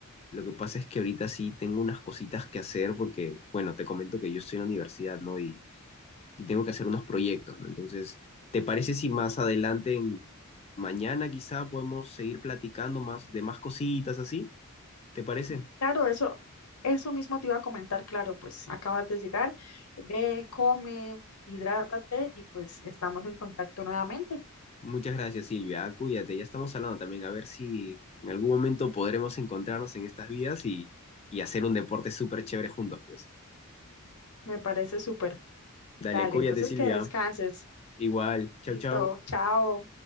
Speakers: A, on the left; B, on the left.
A: Lo que pasa es que ahorita sí tengo unas cositas que hacer porque, bueno, te comento que yo estoy en la universidad, ¿no? Y, y tengo que hacer unos proyectos, ¿no? Entonces, ¿te parece si más adelante, en- mañana quizá, podemos seguir platicando más de más cositas así? ¿Te parece?
B: Claro, eso, eso mismo te iba a comentar, claro, pues acabas de llegar, ve, come, hidrátate y pues estamos en contacto nuevamente.
A: Muchas gracias, Silvia. Ah, Cuídate, ya estamos hablando también. A ver si en algún momento podremos encontrarnos en estas vidas y, y hacer un deporte súper chévere juntos, pues.
B: Me parece súper.
A: Dale,
B: Dale,
A: cuídate,
B: entonces
A: Silvia.
B: que descanses.
A: Igual. Chau,
B: Listo,
A: chau.
B: chao.